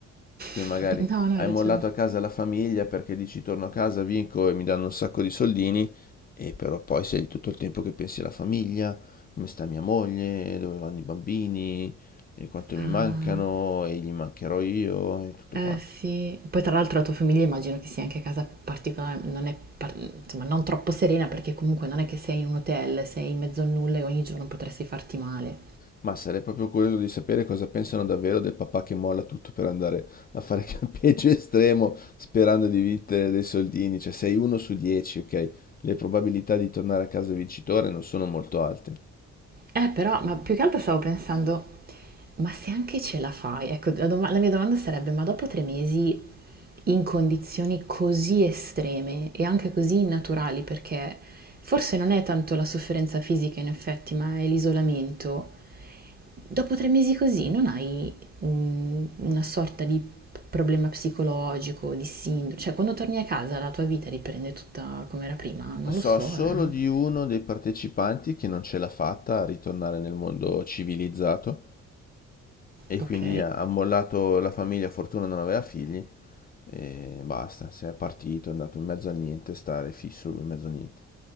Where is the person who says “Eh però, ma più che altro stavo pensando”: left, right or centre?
Right